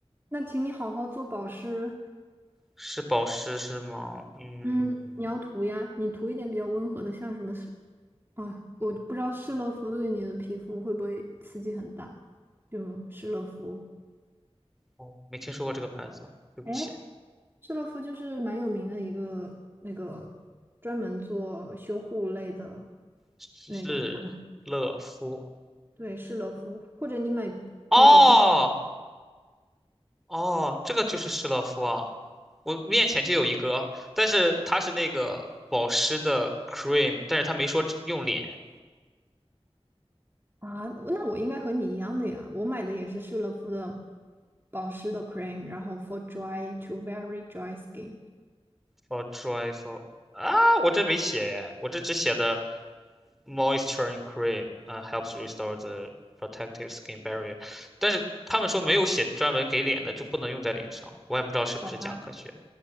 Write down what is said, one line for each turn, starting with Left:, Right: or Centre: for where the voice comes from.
Right: 那请你好好做保湿，
Centre: 是保湿是吗？嗯，
Right: 嗯，你要涂呀，你涂一点比较温和的，像什么是，哎我不知道施乐肤对你的皮肤会不会刺激很大，就施乐肤。
Centre: 哦，没听说过这个牌子，对不起。
Right: 哎，施乐肤就是蛮有名的一个那个专门做修护类的
Centre: 是乐肤。
Right: 那种产品，对，施乐肤，或者你买那个
Centre: 哦
Right: B。
Centre: 哦，这个就是施乐肤啊，我面前就有一个，但是它是那个保湿的 cream，但是它没说用脸。
Right: 啊，那我应该和你一样的呀，我买的也是施乐肤的保湿的 cream，然后 for dry to very dry skin。
Centre: for joyful 啊，我这没写耶，我这只写的 moisturizing cream，嗯，helps restore the protective skin barrier，但是他们说没有写专门给脸的就不能用在脸上，我也不知道是不是假科学。
Right: 好吧